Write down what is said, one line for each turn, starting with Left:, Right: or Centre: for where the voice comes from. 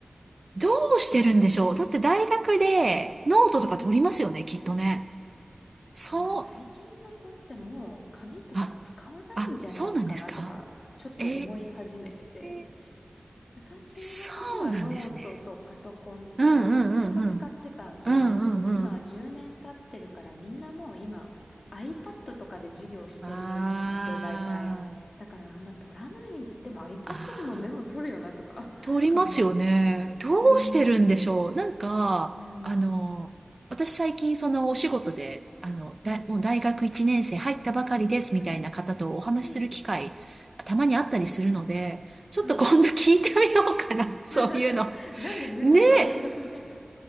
Right: どうしてるんでしょうだって大学でノートとか取りますよね、
Left: むずい。うん。
Right: きっとね。そう。
Left: なんか最近の子ってもう紙とか使わないんじゃないかなとか、
Right: あ、あ、そうなんですか
Left: ちょっと思い始めてて。
Right: ええ
Left: 私の時はノートとパソコンとどっちも使ってたんで、
Right: そうなんですね。うんうんうんうん。うんうんうん。
Left: 多分今は10年経ってるからみんなもう今 iPad とかで授業してるので大体。
Right: あ
Left: だからあんま取らない、でも iPad
Right: あ、
Left: でもメモ取るよなとか
Right: ああ、
Left: <laughs>
Right: 通りますよね。
Left: 考えたり。
Right: どうしてるんでしょう。
Left: うーん、
Right: なんか、
Left: うー
Right: あの、
Left: ん。
Right: 私最近そのお仕事で、あの、
Left: はい。
Right: だ、もう大学1年生入ったばかりですみたいな方とお話しする機会、
Left: うん、うん。
Right: たまにあったりするので、ちょっと今度聞いてみようかな。
Left: はい。
Right: そういうの。
Left: <laughs> なんでメモ取らないの
Right: ね
Left: <laughs> みたいな。